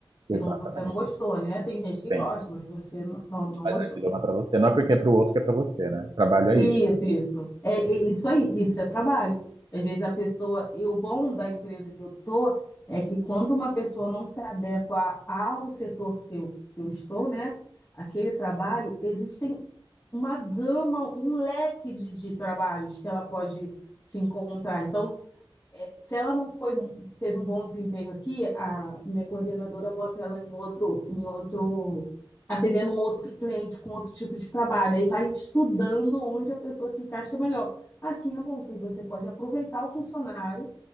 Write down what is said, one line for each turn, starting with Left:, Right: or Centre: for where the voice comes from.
Right: exatamente.
Left: Que não, você não gostou, né? Tem gente que
Right: tem,
Left: gosta, mas você não, não, não
Right: mas
Left: gostou.
Right: aquilo não é para você. Não é porque é para o outro que é para você, né? Trabalho é
Left: Isso,
Right: isso.
Left: isso. É, é isso aí, isso é trabalho. Às vezes a pessoa, e o bom da empresa que eu tô é que quando uma pessoa não se adequa a- ao setor que eu, que eu estou, né? Aquele trabalho, existem uma gama, um leque de, de trabalhos que ela pode se encontrar. Então, se ela não foi, teve um bom desempenho aqui, a minha coordenadora bota ela em outro, em outro, atendendo um outro cliente com outro tipo de trabalho. Aí vai estudando onde a pessoa se encaixa melhor. Assim é bom, porque você pode aproveitar o funcionário,